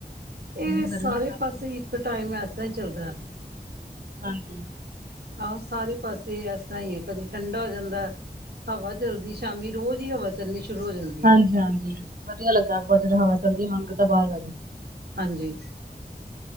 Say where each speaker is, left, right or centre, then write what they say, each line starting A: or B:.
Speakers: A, on the right; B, on the right.
A: ਇਹ
B: ਇੰਨੀ ਗਰਮੀ
A: ਸਾਰੇ
B: ਆ ਅੱਜ
A: ਪਾਸੇ
B: ਤੇ
A: ਇੱਕ ਟਾਈਮ ਇਦਾਂ ਚੱਲਦਾ।
B: ਹਾਂਜੀ
A: ਆਹੋ ਸਾਰੇ ਪਾਸੇ ਐਸਾ ਏ ਆ। ਕਦੇ ਠੰਢਾ ਹੋ ਜਾਂਦਾ। ਹਵਾ ਚੱਲਦੀ ਸ਼ਾਮੀ ਰੋਜ਼ ਹੀ ਹਵਾ ਚੱਲਣੀ ਸ਼ੁਰੂ ਹੋ ਜਾਂਦੀ ਆ।
B: ਹਾਂਜੀ ਹਾਂਜੀ। ਵਧੀਆ ਲੱਗਾ ਬ ਹਵਾ ਚਲਦੀ ਮਨ ਕਰਦਾ ਬਾਹਰ ਬਹਿ ਜੋ।
A: ਹਾਂਜੀ